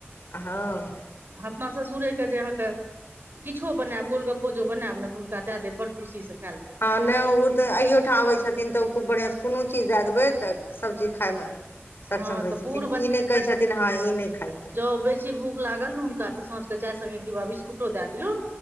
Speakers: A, on the left; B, on the right.
A: हाँ
B: अपना ससुरेके जे अहाँके किछो बनाएब गोलगप्पो जो बनाएब न तऽ हुनका दैय देब बड़ खुशी स
A: हहाँ नहि ओ तऽ अहियो ठाम आबे छथिन तऽ ओ खूब बढ़ियाँ से कोनो चीज दैय देबै तऽ सब चीज खाएमे सक्षम
B: हँ
A: रहै
B: तऽ बूढ़
A: छथिन ई नहि कहै छथिन हाँ ई नहि खाइ
B: ज्यों बेसी भूख लागल न हुनका तऽ सांझकऽ चाय सङ्गे एक डिब्बा बिस्कुटो दए दियौ